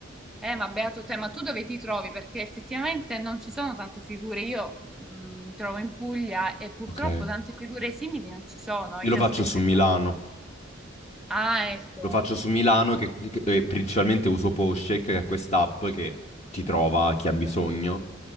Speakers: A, in the centre; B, on the left (about 35°).
A: Eh, ma beato te, ma tu dove ti trovi? Perché effettivamente non ci sono tante figure. Io mm, mi trovo in Puglia e purtroppo
B: Ok.
A: tante figure simili non ci sono. Io
B: Io lo faccio
A: spesso...
B: su Milano.
A: Ah, ecco.
B: Lo faccio su Milano che, che- eh, principalmente uso Postcheck, che è quest'app che ti trova chi ha bisogno